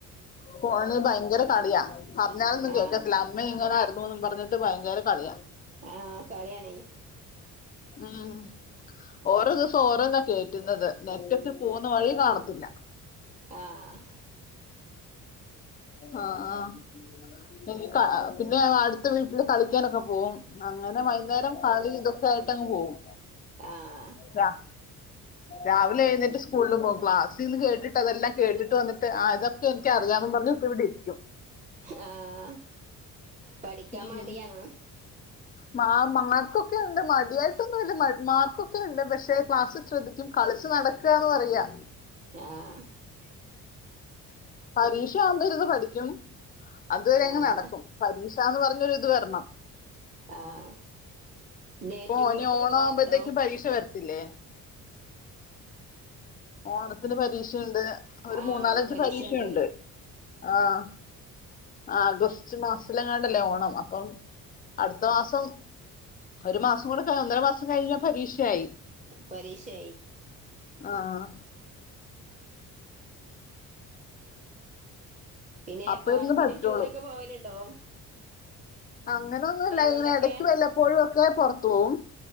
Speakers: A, on the left; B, on the right.
A: ഫോണിൽ ഭയങ്കര കളിയാ. പറഞ്ഞാലൊന്നും
B: ആഹ്
A: കേക്കത്തില്ല അമ്മേം ഇങ്ങനാര് ന്നൂന്ന് പറഞ്ഞിട്ട് ഭയങ്കര കളിയാ
B: ആഹ് കളിയാണേ
A: ഉം ഓരോ ദിവസം ഓരോന്നാ കേറ്റുന്നത് നെറ്റൊക്കെ പോവുന്ന വഴി കാണത്തില്ല
B: ആഹ്
A: ആഹ് ഇനി ക പിന്നെ അടുത്ത വീട്ടില് കളിക്കാനൊക്കെ പോവും അങ്ങനെ വൈന്നേരം കളി ഇതൊക്കെ ട്ടങ്ങ് പോവും.
B: ആഹ്
A: രാ രാവിലെ എഴ്ന്നേറ്റ് സ്കൂളിൽ പോം. ക്ലാസിന്ന് കേട്ടിട്ടതെല്ലാം കേട്ടിട്ട് വന്നിട്ട് ആഹ് ഇതൊക്കെ എനിക്കറിയാന്ന് പറഞ്ഞിപ്പിവിടിരിക്കും.
B: ഏഹ്. പഠിക്കാൻ
A: ഉം.
B: മടിയാണോ?
A: മാ മാർക്കൊക്കെ ഉണ്ട് മടിയായിട്ടൊന്നുല്ല മാർക്കൊക്കെ ഉണ്ട് പക്ഷെ ക്ലാസ്സിൽ ശ്രദ്ധിക്കും. കളിച്ചു നടക്കാന്ന് പറയാ
B: ആഹ്
A: പരീക്ഷ ആവുമ്പൊ ഇര്ന്ന് പഠിക്കും. അതുവരെങ്ങ്
B: ആഹ്
A: നടക്കും. പരീക്ഷാന്ന് പറഞ്ഞൊരു ഇത് വരണം.
B: ആഹ് നെ
A: ഇപ്പൊ
B: ടൂറൊക്കെ
A: ഇഞ്ഞോണാവുമ്പത്തേക്കും
B: പോവാറുണ്ടോ
A: പരീക്ഷ വര ത്തില്ലേ? ഓണത്തിന് പരീക്ഷയുണ്ട്. ഒരു
B: ആഹ്
A: മൂന്നാലഞ്ച്
B: ഓണപരീക്ഷണ്ട്
A: പരീക്ഷയുണ്ട് ആഹ് ആഹ് ആഗസ്റ്റ് മാസത്തിലെങ്ങാണ്ടല്ലെ ഓണം അപ്പം അടുത്ത മാസം ഒരു മാസം കൂടെക ഒന്നര മാസം കഴിഞ്ഞാ പരീക്ഷയായി
B: പരീക്ഷയായി
A: ആഹ്
B: പിന്നെ
A: അപ്പൊ
B: പാർക്കിലും
A: ഇരുന്ന് പഠിച്ചോളും
B: ടൂറൊക്കെ പോവല്ണ്ടോ?
A: അങ്ങനെ ഒന്നൂല്ല.
B: കൊണ്ടൊക്കെ
A: ഇങ്ങനെ എടക്ക് വല്ലപ്പോഴു ഒക്കെ പൊറത്ത് പോവും